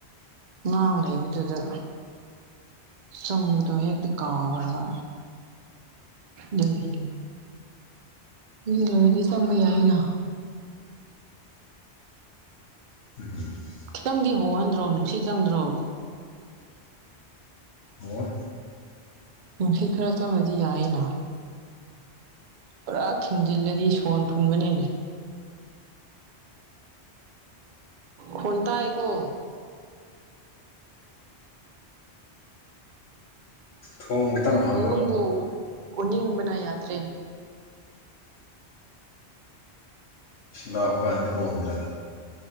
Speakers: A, on the right (about 55°); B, on the left (about 70°).
A: ꯉꯥꯡ ꯂꯩꯕ ꯑꯗꯨꯗ ꯆꯪꯕꯗꯣ ꯍꯦꯛꯇ ꯀꯥꯎꯈ꯭ꯔꯕ ꯑꯗꯨꯒꯤꯅꯤ ꯃꯤ ꯂꯣꯏꯔꯗꯤ ꯆꯪꯕ ꯌꯥꯏꯅ
B: ꯎꯝ <unintelligible>
A: ꯅꯪꯗꯤ ꯍꯣꯍꯟꯗ꯭ꯔꯣ ꯅꯨꯡꯁꯤꯠ ꯆꯪꯗ꯭ꯔꯣ
B: ꯑꯣ
A: ꯅꯨꯡꯁꯤꯠ ꯈꯔ ꯆꯪꯉꯗꯤ ꯌꯥꯏꯌꯦꯅ ꯄꯨꯔꯥ ꯊꯤꯡꯖꯤꯜꯂꯗꯤ ꯁꯣꯔ ꯐꯨꯟꯕꯅꯤꯅꯦ ꯈꯣꯟ ꯇꯥꯢꯀꯣ
B: ꯊꯣꯡ ꯈꯤꯇꯪ ꯍꯥꯡꯕ
A: ꯅꯪꯕꯨ ꯎꯅꯤꯡꯕꯅ ꯌꯥꯗ꯭ꯔꯦꯅꯦ
B: ꯂꯛꯄꯒꯥꯟꯗ ꯀꯣꯟꯗ꯭ꯔꯥ